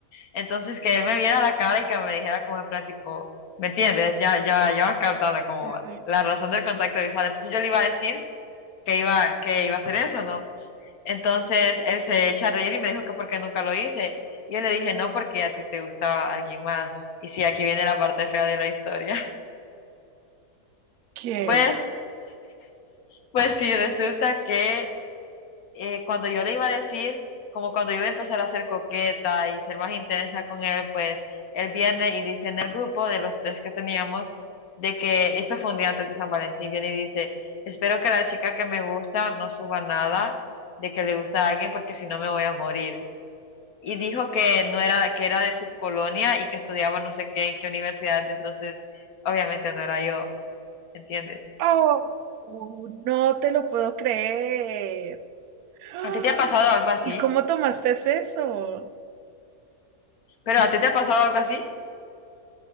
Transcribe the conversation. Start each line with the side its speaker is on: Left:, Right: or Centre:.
Left: Entonces, que él me viera la cara y que me dijera como en plan tipo, ¿me entiendes? Ya, ya, ya vas captando como
Right: sí, sí.
Left: la razón del contacto visual. Entonces yo le iba a decir que iba, que iba a hacer eso, ¿no? Entonces él se echa a reír y me dijo que porque nunca lo hice. Y yo le dije, no, porque a ti te gustaba alguien más. Y sí, aquí viene la parte fea de la historia. <laughs>
Right: ¿Qué?
Left: Pues, pues sí, resulta que eh, cuando yo le iba a decir, como cuando yo iba a empezar a ser coqueta y ser más intensa con él, pues él viene y dice en el grupo de los tres que teníamos, de que esto fue un día antes de San Valentín, viene y dice, espero que la chica que me gusta no suba nada de que le gusta a alguien porque si no me voy a morir. Y dijo que no era, que era de su colonia y que estudiaba no sé qué, en qué universidad, entonces obviamente no era yo, ¿entiendes?
Right: Oh, no te lo puedo creer. <gasps> ¡Ah!
Left: ¿A ti te ha pasado algo así?
Right: ¿Y cómo tomaste eso?
Left: ¿Pero a ti te ha pasado algo así?